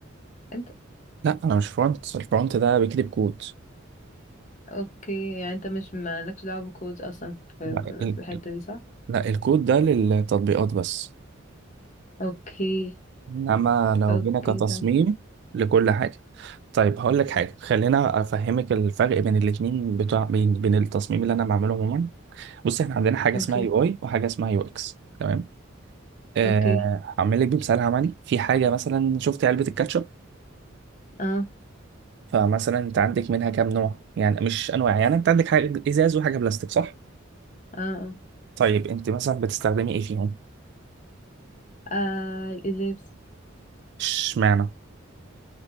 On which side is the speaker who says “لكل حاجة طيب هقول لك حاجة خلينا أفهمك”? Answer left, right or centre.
Right